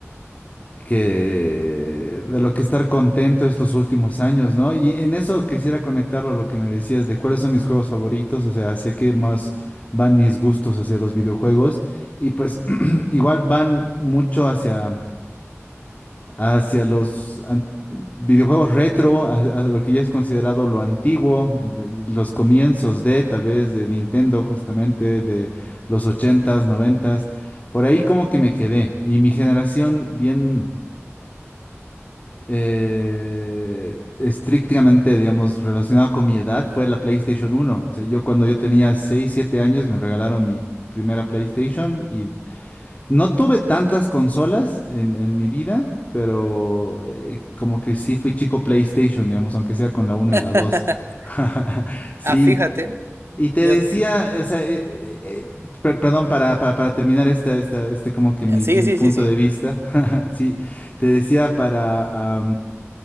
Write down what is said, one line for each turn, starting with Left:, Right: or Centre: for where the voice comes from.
Left: que de lo que estar contento estos últimos años, ¿no? Y en eso quisiera conectarlo a lo que me decías de cuáles son mis juegos favoritos, o sea, hacia qué más van mis gustos hacia los videojuegos y pues <clears throat> igual van mucho hacia hacia los an- videojuegos retro, a, a lo que ya es considerado lo antiguo, el- los comienzos de tal vez de Nintendo justamente de los ochentas noventas por ahí como que me quedé y mi generación bien eh, estrictamente, digamos, relacionado con mi edad, fue la PlayStation uno. O sea, yo cuando yo tenía 6, 7 años me regalaron mi primera PlayStation y no tuve tantas consolas en, en mi vida, pero eh, como que sí fui chico PlayStation, digamos, aunque sea con la uno y la
Right: <laughs>
Left: 2. <laughs> Sí.
Right: Ah, fíjate,
Left: Y te
Right: yo...
Left: decía, o sea, eh, eh, eh, per- perdón, para, para, para terminar esta, esta, este como que mi,
Right: Sí,
Left: mi
Right: sí,
Left: punto
Right: sí, sí.
Left: de vista, <laughs> sí, te decía para,